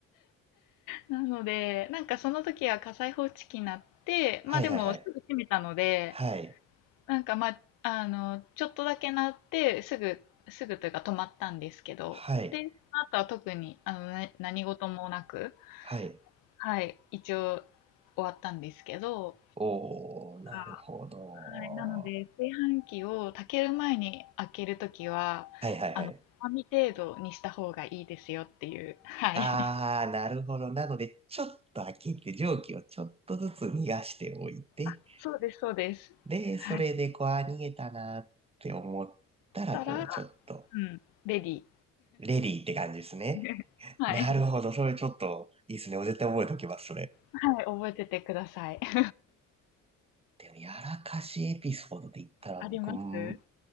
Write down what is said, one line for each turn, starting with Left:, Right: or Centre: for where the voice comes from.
Left: なので、なんかその時は火災報知器になって、
Right: はいはいはい。
Left: まあでもすぐ閉めたので、
Right: はい。
Left: なんかまあ、あの、ちょっとだけ鳴って、すぐ、すぐというか止まったんですけど、
Right: はい。
Left: で、その後は特に、あの、な何事もなく、
Right: はい。
Left: はい、一応終わったんですけど、
Right: おー、なるほど。
Left: あはい、なので、炊飯器を炊ける前に開けるときは、
Right: はいはいはい。
Left: あの、つまみ程度にした方がいいですよっていう、はい。
Right: あー、なるほど。なので、ちょっと開けて、蒸気をちょっとずつ逃がしておいて、
Left: <laughs> そうです、そうです。
Right: で、それで、
Left: はい。し
Right: こう、あ、逃げたなって思ったら、
Left: たら、
Right: こう、ちょっと、
Left: うん、レディー。
Right: レディーって感じですね。
Left: <laughs> はい。
Right: なるほど。それちょっと、いいですね。絶対覚えておきます、それ。
Left: はい、覚えててください。<laughs>
Right: でも、やらかしエピソードで言ったら、
Left: あります。
Right: 僕、も